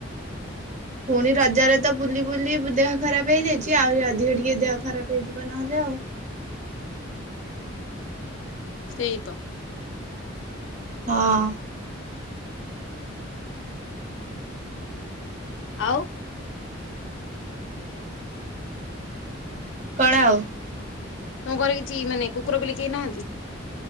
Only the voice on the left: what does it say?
ସେଇ ତ।
ଆଉ।
ତମ ଘରେ କିଛି ମାନେ କୁକୁର ବିଲେଇ କେହି ନାହାନ୍ତି।